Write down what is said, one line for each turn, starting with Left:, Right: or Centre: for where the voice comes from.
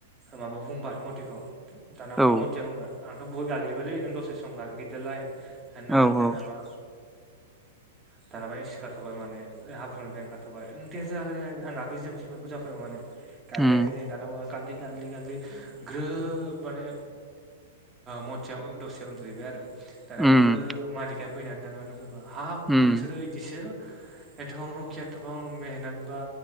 Right: माबाखौ बुंबाय मतिखौ दानाबा
Centre: औ
Right: मथिया बुंबाय आंथ' बहत गाग्लिबायलै नों दसे सम गाग्लिदोलाय होननानै
Centre: औ
Right: दानाबा
Centre: औ
Right: दानााब सिखारथ'बाय माने हाब्रुनिफ्राय ओंखारथ'बाय ओं दे जागोन आं गाग्लि जोबगोन जाफैबाय माने गाग्लिायाखैनो
Centre: उम
Right: दानाबा गाग्लि गाग्लि गाग्लि ग्रोब माने मतिया दसे उन्दुहैबाय आरो दानाबा
Centre: उम
Right: ग्रोब मालिकआ फैनानै दाना नुफैबा हाफ
Centre: उम
Right: नोंसोरो बिदिसो एथबां रखिया एथबां मेहनत बा